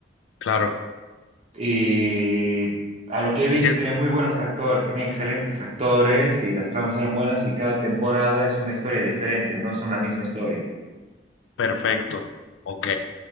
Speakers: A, on the left; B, on the right.
A: Claro.
B: Y a lo que he visto,
A: Y Dice,
B: tenía muy buenos actores, tenía excelentes actores y las tramas eran buenas y cada temporada es una historia diferente, no son la misma historia.
A: perfecto. Ok.